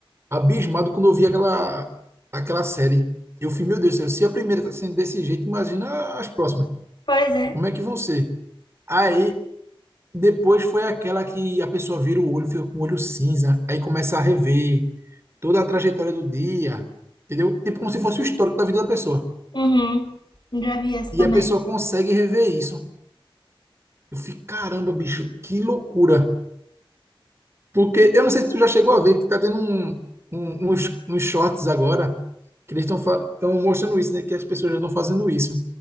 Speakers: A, on the right; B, on the left.
A: abismado quando eu vi aquela, aquela série. Eu fui, meu Deus do céu, se a primeira tá sendo desse jeito, imagina as próximas.
B: Pois é.
A: Como é que vão ser? Aí, depois foi aquela que a pessoa vira o olho, fica com o olho cinza, aí começa a rever toda a trajetória do dia, entendeu? Tipo como se fosse o histórico da vida da pessoa.
B: Uhum. Já vi essa
A: E
B: também.
A: a pessoa consegue rever isso. Eu fico, caramba, bicho, que loucura. Porque eu não sei se tu já chegou a ver que tá tendo um, um- uns, uns shorts agora que eles estão mostrando isso, né? Que as pessoas já estão fazendo isso.